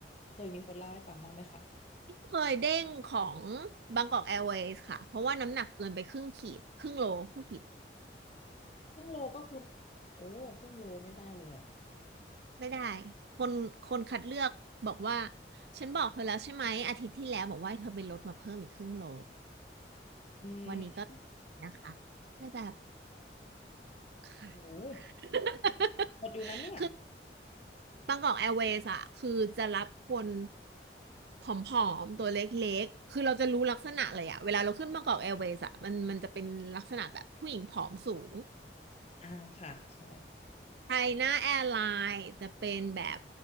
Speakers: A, on the left; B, on the right.
A: เคยมีคนเล่าให้ฟังบ้างไหมคะ
B: พี่เคยเด้งของบางกอกแอร์เวย์ค่ะเพราะว่าน้ำหนักเกินไปครึ่งขีดครึ่งโลพูดผิด
A: ครึ่งโลก็คือโอ้ครึ่งโลไม่ได้เลยเหรอ
B: ไม่ได้คนคนคัดเลือกบอกว่าฉันบอกเธอแล้วใช่ไหมอาทิตย์ที่แล้วบอกว่าให้เธอไปลดมาเพิ่มอีกครึ่งโล
A: อืม
B: วันนี้ก็นะคะเลยแบบค่ะ
A: โอ้ย
B: <laughs>
A: หมดอยู่นั้นเนี่ย
B: คือบางกอกแอร์เวย์อะคือจะรับคนผอมๆตัวเล็กๆคือเราจะรู้ลักษณะเลยอะเวลาเราขึ้นบางกอกแอร์เวย์อะมันมันจะเป็นลักษณะแบบผู้หญิงผอมสูง
A: อ่าค่ะใช่
B: ไทยหน้าแอร์ไลน์จะเป็นแบบ